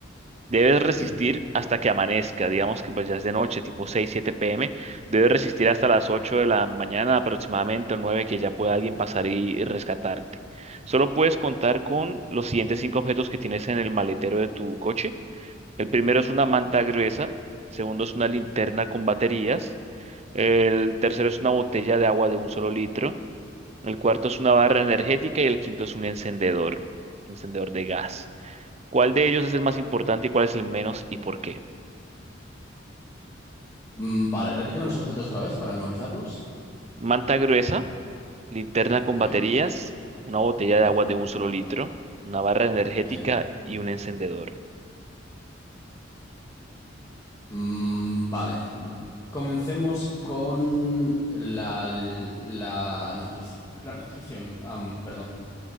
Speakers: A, on the right; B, on the left.
A: Debes
B: Ok.
A: resistir hasta que amanezca, digamos que pues ya es de noche, tipo 6, 7 pm. Debes resistir hasta las 8 de la mañana aproximadamente o nueve que ya pueda alguien pasar y, y rescatarte. Solo puedes contar con los siguientes cinco objetos que tienes en el maletero de tu coche. El primero es una manta
B: ujú.
A: gruesa, segundo es una linterna con baterías, el tercero es una botella de agua de un solo litro, el cuarto es una barra energética y el quinto es un encendedor, un encendedor de gas. ¿Cuál de ellos es el más importante y cuál es el menos y por qué?
B: Mm, vale, repíteme los objetos otra vez para memorizarlos.
A: manta gruesa, linterna con
B: Ok,
A: baterías, una botella
B: ajá,
A: de agua de un solo litro, una barra energética
B: bien.
A: y un encendedor.
B: Mm, vale. Comencemos con la, la nutrici- la nutrición. am, perdón.